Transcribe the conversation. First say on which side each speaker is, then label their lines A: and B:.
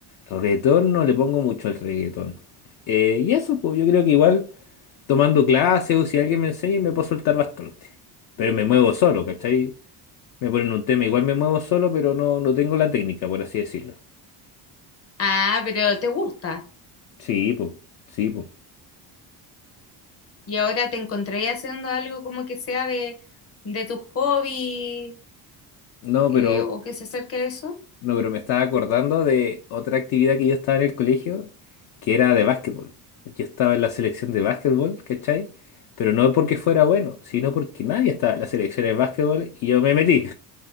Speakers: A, on the left; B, on the left.
A: Reggaetón no le pongo mucho al reggaetón. Eh, y eso, pues yo creo que igual tomando clases o si alguien me enseña me puedo soltar bastante. Pero me muevo solo, ¿cachai? Me ponen un tema, igual me muevo solo, pero no, no tengo la técnica, por así decirlo.
B: Ah, pero te gusta.
A: Sí, pues, sí, pues.
B: Y ahora te encontré haciendo algo como que sea de, de tu hobby
A: No,
B: eh,
A: pero
B: o que se acerque a eso.
A: No, pero me estaba acordando de otra actividad que yo estaba en el colegio, que era de básquetbol. Yo estaba en la selección de básquetbol, ¿cachai? Pero no porque fuera bueno, sino porque nadie estaba en la selección de básquetbol y yo me metí.